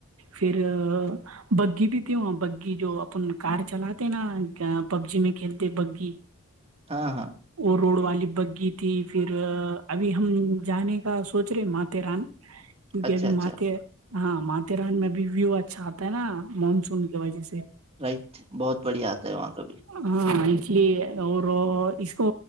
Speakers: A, on the right (about 80°); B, on the right (about 30°).
A: فھر بگگی بھی ت ہو بگگی جو اپن کار چلاتے نا پب جی میں کھیلتے بگی
B: ہاں ہاں
A: وہ روڈ والی بگی تھی پھر ابھی ہم جانے کا سوچ رہے مات ران
B: <inaudible> <inaudible>
A: کیونکہ ابھی
B: اچھا
A: ماتے ہاں ماتھے ران میں بھیب ویو اچھا آتا ہے نا مانسون کی وجہ سے
B: رائٹ بہت بڑھیا آتا ہے وہاں کا بھی
A: ہاں اس لیے اور اس کو